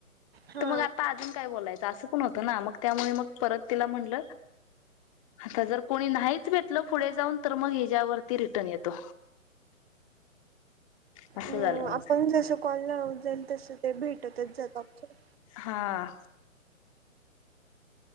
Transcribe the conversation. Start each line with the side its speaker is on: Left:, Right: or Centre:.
Right: हा
Left: तर मग आता अजून काय बोलायचं असं होत ना मग त्यामुळे म परत तिला म्हणल. आता जर कोणी नाहीच भेटल पुढ जाऊन तर मग हच्यावरती रिटर्न येतो. असं
Right: ह
Left: झालं माझं
Right: आपण जस कॉल लावत जाईल तसं ते भेटतच जात <unintelligible>
Left: हा